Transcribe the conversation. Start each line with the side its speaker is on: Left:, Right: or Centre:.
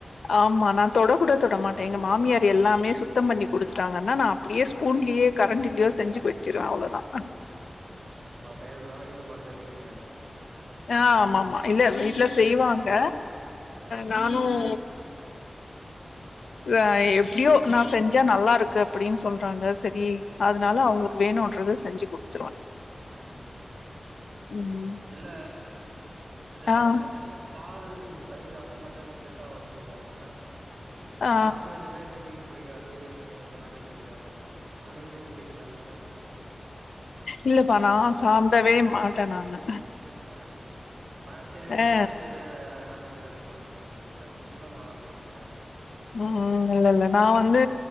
Left: ஆமா நா தொட கூட தொடமாட்டே எங்க மாமியார் எல்லாமே சுத் சுத்தம் பண்ணி கொடுத்துடாங்கன்னா நான் அப்படியே ஸ்பூன்லயே கரண்டிலயோ செஞ்சு வச்சிருவே அவ்ளோதா
Right: ம் ம் அவ செய்யறதல்ல யூடியூப் பாத்து கத்துங்ன்னிங்க
Left: ஆ ஆமா ஆமா இல்ல வீட்ல செய்வாங்க
Right: ஆ
Left: நானும் ஆ எப்படியோ நான் செஞ்சா நல்லா இருக்கு அப்படின்னு சொல்றாங்க சரி அதனால அவங்களுக்கு வேண வேணுன்றது செஞ்சு குடுத்துருவ
Right: ம் ம்
Left: ம்
Right: இல்ல இது
Left: ஆ
Right: நறைய பேர் பால் இந்த தயிர் அந்த மாரியதா செட் ஆவாதுன்னு சொல்லுவாங்க
Left: ஆ
Right: சரி நான்வெஜ் எல்லா எப்பயு மீன் புடிக்காது இத இந்த எந்த நான்வெஜ் புடிக்கு அப்படின்னா நான்வெஜ்ஜே புடிக்கலன்னா
Left: இல்லப்பா நான் சாப்டவே மாட்டே நானு
Right: ஆ நான் சரி உங்க
Left: ஆ
Right: ஃபேமிலி சைடுல இந்த நான் வெஜ் ல்லா எடுக்க மாட்டீங்க அப்டின் நினைச்சா நீங்க தா சாப்டாம இருக்கீங்க
Left: ம் ம் இல்ல இல்ல நா வந்து